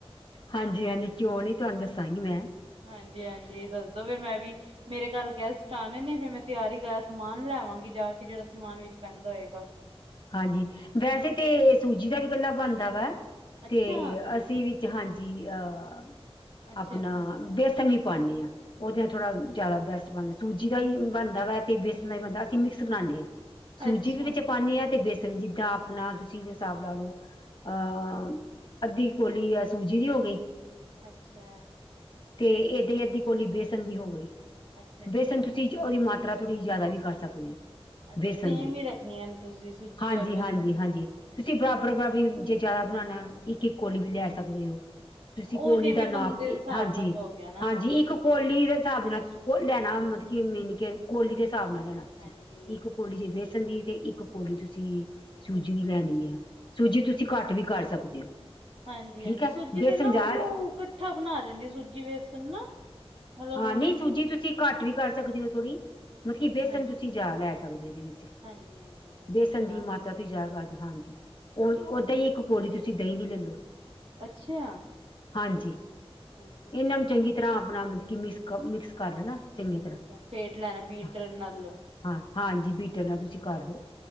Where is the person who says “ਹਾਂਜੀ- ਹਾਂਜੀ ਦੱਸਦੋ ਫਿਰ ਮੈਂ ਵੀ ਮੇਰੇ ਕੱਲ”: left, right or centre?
Right